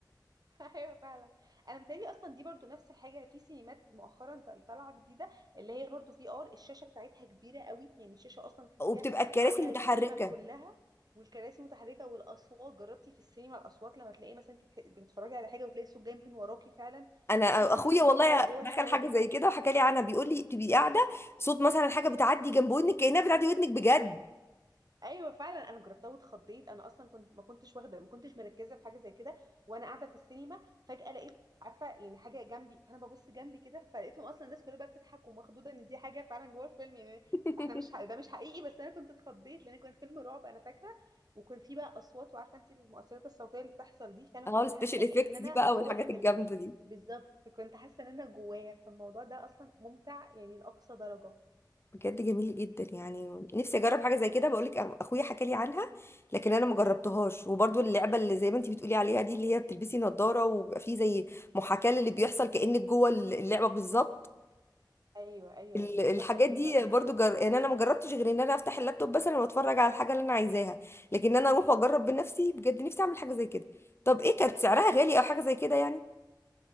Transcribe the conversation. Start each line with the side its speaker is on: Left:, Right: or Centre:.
Right: <laughs> ايوه فعلا انا متهيألي اصلا دي برضو نفس الحاجه في سينمات مؤخرا طل- طالعه جديده اللي هي برضو في ار الشاشه بتاعتها كبيره قوي يعني الشاشه اصلا
Left: <laughs>
Right: تحسيها
Left: وبتبقى الكراسي
Right: عامله
Left: متحركه
Right: السينما كلها والكراسي متحركه والاصوات جربتي في السينما الاصوات لما تلاقي مثلا انت بتح- بتتفرجي على حاجه وتلاقي الصوت جاي من وراكي فعلا
Left: انا
Right: فتحسي
Left: اخويا
Right: ان انت
Left: والله
Right: جوه جوه
Left: دخل
Right: الحاجه
Left: حاجه زي كده وحكى لي عنها بيقول لي تبقي قاعده صوت مثلا حاجه بتعدي جنب ودنك كانها بتعدي ودنك بجد
Right: ايوه فعلا انا جربتها واتخضيت انا اصلا كنت ما كنتش واخده ما كنتش مركزه في حاجه زي كده وانا قاعده في السينما فجاه لقيت عارفه يعني حاجه جنبي فانا ببص جنبي كده فلقيتهم اصلا الناس كلها بقى بتضحك ومخضوضه ان دي حاجه فعلا جوه الفيلم يعني
Left: <laughs>
Right: احنا مش ح... ده مش حقيقي بس انا كنت اتخضيت لان كان فيلم رعب انا فاكره وكان فيه بقى اصوات وعارفه انت المؤثرات الصوتيه اللي بتحصل دي فانا كنت
Left: اهو السبيشال
Right: حاسه كأن
Left: افكتس
Right: انا
Left: دي بقى
Right: جوه
Left: والحاجات
Right: الفيلم
Left: الجامده دي
Right: بالظبط كنت حاسه ان انا جواها فالموضوع ده اصلا ممتع يعني لاقصى درجه
Left: بجد جميل جدا يعني نفسي اجرب حاجه زي كده بقولك أخ- اخويا حكى لي عنها لكن انا ما جربتهاش وبرضو اللعبه اللي زي ما انت بتقولي عليها دي اللي هي بتلبسي نظاره وبيبقى فيه زي محاكاه للي بيحصل كانك جوه اللعبه بالظبط
Right: ايوه ايوه
Left: ال-
Right: دي بتبقى
Left: الحاجات
Right: خطيره
Left: دي
Right: انا
Left: برضو جر... يعني انا ما جربتش غير ان انا افتح اللابتوب مثلا واتفرج على الحاجه اللي انا عايزاها لكن انا اروح واجرب بنفسي بجد نفسي اعمل حاجه زي كده طب ايه كانت سعرها غالي او حاجه زي كده يعني